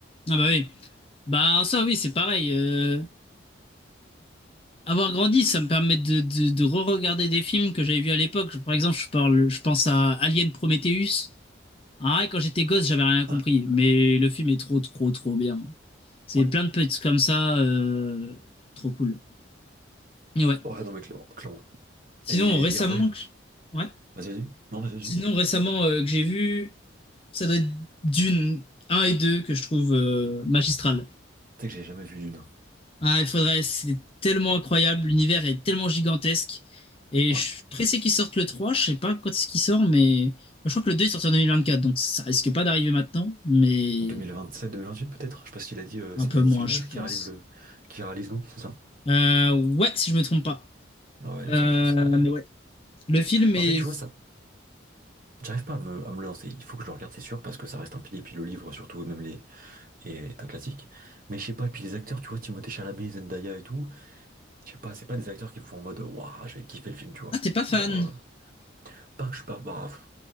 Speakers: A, on the left; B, on the right.
A: Ah bah oui. Bah ça oui, c'est pareil. euh, avoir grandi, ça me permet de, de, de re-regarder des films que j'avais vus à l'époque. Je- Par exemple, je parle, je pense à Alien Prometheus. Ah, ouais, quand j'étais gosse, j'avais rien compris,
B: Ah,
A: mais le film est trop, trop, trop bien. C'est
B: ouais.
A: plein de petits comme ça, euh, trop cool. Et ouais.
B: Ouais, non, mais clairement. clairement.
A: Sinon,
B: Et, mais,
A: récemment,
B: et en vrai, euh,
A: que j- ouais.
B: vas-y, vas-y. Non, vas-y, vas-y.
A: Sinon,
B: Tu
A: récemment euh, que j'ai vu, ça doit être Dune un et 2 que je trouve euh, magistral.
B: sais que j'ai jamais vu Dune. hein.
A: Ah, il faudrait, c'est tellement incroyable, l'univers est tellement gigantesque. Et
B: Ouais.
A: je suis pressé qu'ils sortent le 3. je sais pas quand est-ce qu'il sort, mais je crois que le 2 est sorti en 2024, donc ça risque pas d'arriver maintenant, mais
B: En deux deux mille vingt-sept, deux mille vingt sept, vingt huit peut-être. Je sais pas ce qu'il a dit, euh,
A: un
B: c'est
A: peu
B: Denis
A: moins,
B: Villeneuve
A: je
B: qui
A: pense.
B: réalise le. qui réalise, non? C'est ça?
A: Euh, ouais, si je me trompe pas.
B: Ah Ouais, il
A: Euh,
B: me semble que c'est Denis.
A: mais ouais. Le film
B: Mais
A: est...
B: en fait, tu vois, ça, j'arrive pas à me, à me le lancer. Il faut que je le regarde, c'est sûr, parce que ça reste un pilier, puis le livre surtout, et même les. et est un classique. Mais je sais pas, et puis les acteurs, tu vois, Timothée Chalamet, Zendaya et tout, je sais pas, c'est pas des acteurs qui me font en mode, waouh, je vais kiffer le film, tu vois.
A: Ah, t'es pas fan?
B: Genre. euh, Pas que je suis pas. bah, pff,